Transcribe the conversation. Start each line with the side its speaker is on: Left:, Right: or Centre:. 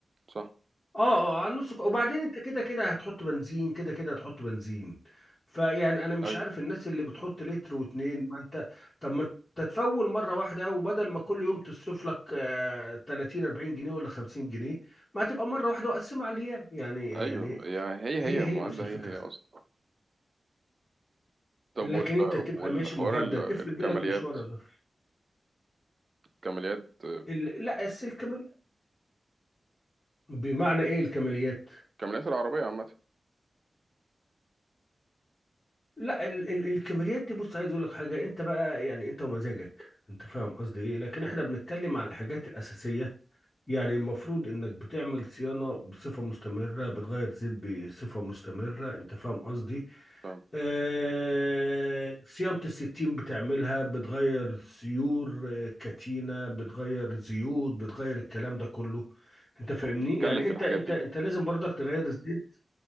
Right: صح
Left: اه اه على النص كو- وبعدين انت كده كده هتحط بنزين كده كده هتحط بنزين فيعني انا مش
Right: اي
Left: عارف الناس اللي بتحط لتر واتنين ما انت طب ما انت تفول مره واحده وبدل ما كل يوم تصرف لك آه 30 40 جنيه ولا 50 جنيه ما هتبقى مره واحده وقسمها على الايام يعني يعني
Right: ايوه يا هي
Left: هي
Right: هي
Left: هي
Right: معادلة
Left: نفس الفكره
Right: هي هي اصلا طب
Left: لكن
Right: وال...
Left: انت تبقى
Right: والحوار
Left: ماشي مهدد
Right: ال-
Left: افرض
Right: الكماليات
Left: جالك مشوار ولا-
Right: كماليات آه،
Left: ال- لا السلك مليان بمعنى ايه الكماليات
Right: كماليات العربية عامة
Left: لا ال ال الكاميرات دي بص عايز اقول لك حاجه انت بقى يعني انت ومزاجك انت فاهم قصدي ايه لكن احنا
Right: مم.
Left: بنتكلم على الحاجات الاساسيه يعني المفروض انك بتعمل صيانه بصفه مستمره بتغير زيت بصفه مستمره انت فاهم قصدي
Right: فاهم.
Left: آه صيانه الستين بتعملها بتغير سيور آه، كتينه بتغير زيوت بتغير الكلام ده كله انت فاهمني
Right: تكلف
Left: يعني انت
Right: الحاجات
Left: انت
Right: دي
Left: انت لازم برضك تغير الزيت